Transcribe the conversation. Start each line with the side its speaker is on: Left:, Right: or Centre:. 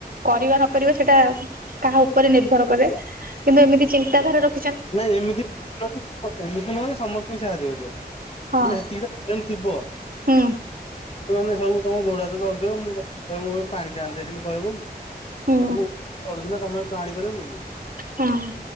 Right: କରିବା ନକରିବା ସେଇଟା କାହା ଉପରେ ନିର୍ଭର କରେ। କିନ୍ତୁ ଏମିତି ଚିନ୍ତାଧାରା ରଖି
Left: ନାଇଁ ଏମିତି ଏମିତି ନୁହେଁ ସମସ୍ତିଙ୍କୁ ସାହାଯ୍ୟ କରିବ
Right: ହଁ
Left: ସେଟା ଥିବ।
Right: ହୁଁ
Left: ମାନେ ସବୁ ତମ ଗୋଡ ହାତ ଚଳୁଥିବ ମୁଁ କହିବି ପାଣିଟେ ଆଣିଦେ ସେମିତି କହିବ କି?
Right: ହୁଁ
Left: ତମେ ଚୁଥିଲା ତମେ ତୁ ଆଣିପାରିବ
Right: ହୁଁ